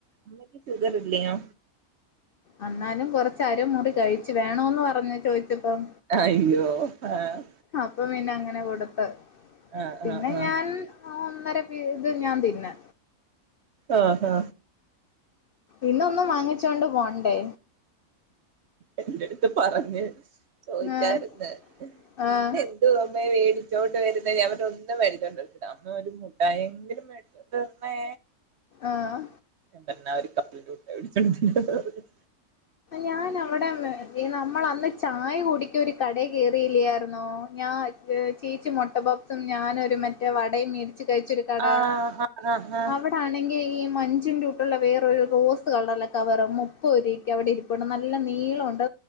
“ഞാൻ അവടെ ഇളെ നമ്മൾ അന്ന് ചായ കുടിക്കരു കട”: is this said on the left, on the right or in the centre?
Left